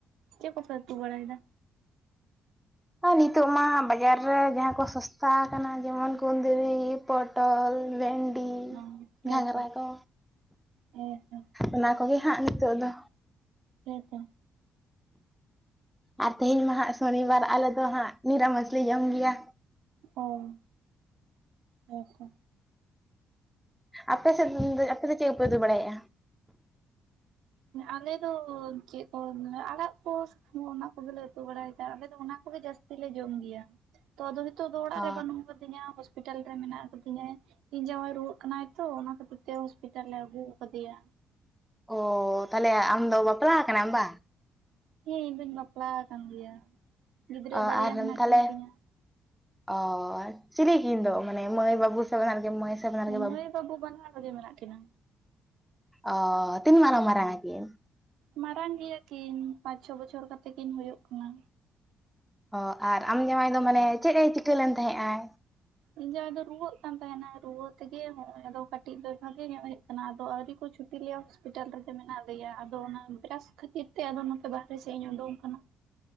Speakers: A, on the right; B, in the centre.
A: ᱪᱮᱫ ᱠᱚᱯᱮ ᱩᱛᱩ ᱵᱟᱲᱟᱭᱫᱟ?
B: ᱟᱨ ᱱᱤᱛᱚᱜ ᱢᱟ ᱵᱟᱡᱟᱨ ᱨᱮ ᱡᱟᱦᱟᱸ ᱠᱚ ᱥᱚᱥᱛᱟ ᱟᱠᱟᱱᱟ, ᱡᱮᱢᱚᱱ ᱠᱩᱸᱫᱩᱨᱤ ᱯᱚᱴᱚᱞ ᱵᱷᱮᱱᱰᱤ
A: ᱚ ᱦᱮᱸᱛᱚ
B: ᱜᱷᱟᱝᱨᱟ ᱠᱚ
A: ᱦᱮᱸᱛᱚ
B: ᱚᱱᱟ ᱠᱚᱜᱮ ᱦᱟᱸᱜ ᱱᱤᱛᱚᱜ ᱫᱚ
A: ᱦᱮᱸ ᱛᱚ᱾
B: ᱟᱨ ᱛᱮᱦᱮᱧ ᱢᱟ ᱦᱟᱸᱜ ᱥᱚᱱᱤ ᱵᱟᱨ ᱟᱞᱮ ᱫᱚ ᱦᱟᱸᱜ, ᱱᱤᱨᱟᱢᱤᱥ ᱞᱮ ᱡᱚᱢ ᱜᱮᱭᱟ᱾
A: ᱚ ᱟᱪᱪᱷᱟ᱾
B: ᱟᱯᱮ ᱥᱮᱫ ᱟᱯᱮ ᱫᱚ ᱪᱮᱫ ᱠᱚᱯᱮ ᱩᱛᱩ ᱵᱟᱲᱟᱭᱫ-ᱟ?
A: ᱟᱞᱮ ᱫᱚ ᱪᱮᱫ ᱠᱚ ᱟᱲᱟᱜ ᱠᱚ᱾ ᱚᱱᱟ ᱠᱚᱜᱮᱞᱮ ᱩᱛᱩ ᱵᱟᱲᱟᱭᱮᱫᱟ, ᱟᱞᱮ ᱫᱚ ᱚᱱᱟ ᱠᱚᱜᱮ ᱡᱟᱹᱥᱛᱤ ᱞᱮ ᱡᱚᱢ ᱜᱮᱭᱟ᱾ ᱛᱚ ᱟᱫᱚ ᱱᱤᱛᱚᱜ ᱫᱚ ᱚᱲᱟᱜ
B: ᱚ
A: ᱨᱮ ᱵᱟᱹᱱᱩᱜ ᱟᱠᱟᱫᱤᱧᱟ ᱦᱚᱥᱯᱤᱴᱟᱞ ᱨᱮ ᱢᱮᱱᱟᱜ ᱟᱠᱟᱫᱤᱧᱟ᱾ ᱤᱧ ᱡᱟᱶᱟᱭ ᱨᱩᱣᱟᱹᱜ ᱠᱟᱱᱟᱭ ᱛᱚ ᱚᱱᱟ ᱠᱷᱟᱹᱛᱤᱨ ᱛᱮ ᱦᱚᱥᱯᱤᱴᱟᱞ ᱮ ᱟᱹᱜᱩ ᱠᱟᱫᱮᱭᱟ᱾
B: ᱚ ᱛᱟᱦᱚᱞᱮ ᱟᱢ ᱫᱚ ᱵᱟᱯᱞᱟ ᱟᱠᱟᱱᱟᱢ ᱵᱟᱝ?
A: ᱦᱮᱸ ᱤᱧ ᱫᱩᱧ ᱵᱟᱯᱞᱟ ᱟᱠᱟᱱ ᱜᱮᱭᱟ, ᱜᱤᱫᱽᱨᱟᱹ
B: ᱚ ᱟᱨ
A: ᱵᱟᱨᱭᱟ
B: ᱛᱟᱦᱚᱞᱮ
A: ᱢᱮᱱᱟᱜ ᱠᱤᱱ ᱛᱤᱧᱟᱹ᱾
B: ᱚ ᱪᱤᱞᱤ ᱠᱤᱱ ᱫᱚ ᱢᱟᱱᱮ ᱢᱟᱹᱭ ᱵᱟᱹᱵᱩ ᱥᱮ ᱵᱟᱱᱟᱨ ᱜᱮ ᱢᱟᱹᱭ? ᱥᱮ ᱵᱟᱱᱟᱨ ᱜᱮ
A: ᱮᱸ ᱢᱟᱹᱭ ᱵᱟᱹᱵᱩ ᱵᱟᱱᱟᱨ ᱨᱮᱜᱮ ᱢᱮᱱᱟᱜ ᱠᱤᱱᱟᱹ᱾
B: ᱚ ᱛᱤᱱ ᱢᱟᱱ ᱢᱟᱨᱟᱝ, ᱢᱟᱨᱟᱝ ᱟᱠᱤᱱ?
A: ᱢᱟᱨᱟᱝ ᱜᱮᱭᱟ ᱠᱤᱱ ᱯᱟᱸᱪ ᱪᱷᱚ ᱵᱚᱪᱷᱚᱨ ᱠᱟᱛᱮ ᱠᱤᱱ ᱦᱩᱭᱩᱜ ᱠᱟᱱᱟ᱾
B: ᱚ ᱟᱨ ᱟᱢ ᱡᱟᱶᱟᱭ ᱫᱚ ᱢᱟᱱᱮ ᱪᱮᱫ ᱮ ᱪᱤᱠᱟᱹ ᱞᱮᱱ ᱛᱟᱦᱮᱸᱜ ᱟᱭ?
A: ᱤᱧ ᱡᱟᱦᱟᱸᱭ ᱫᱚ ᱨᱩᱣᱟᱹᱜ ᱠᱟᱱ ᱛᱟᱦᱮᱱᱟᱭ ᱨᱩᱣᱟᱹ ᱛᱮᱜᱮ ᱱᱚᱜ ᱚᱭ ᱫᱚ ᱠᱟᱹᱴᱤᱡ ᱫᱚ ᱵᱷᱟᱜᱤ ᱧᱚᱜ ᱦᱮᱡ ᱟᱠᱟᱱᱟ, ᱟᱫᱚ ᱟᱣᱨᱤ ᱠᱚ ᱪᱷᱩᱴᱤ ᱞᱤᱭᱟ, ᱦᱚᱥᱯᱤᱴᱟᱞ ᱨᱮᱫᱚ ᱢᱮᱱᱟᱜ ᱞᱮᱭᱟ, ᱟᱫᱚ ᱚᱱᱟ ᱵᱨᱟᱥ ᱠᱷᱟᱹᱛᱤᱨ ᱛᱮ ᱟᱫᱚ ᱱᱚᱛᱮ ᱵᱟᱨᱦᱮ ᱥᱮᱫ ᱤᱧ ᱩᱰᱩᱝᱠ ᱟᱠᱟᱱᱟ᱾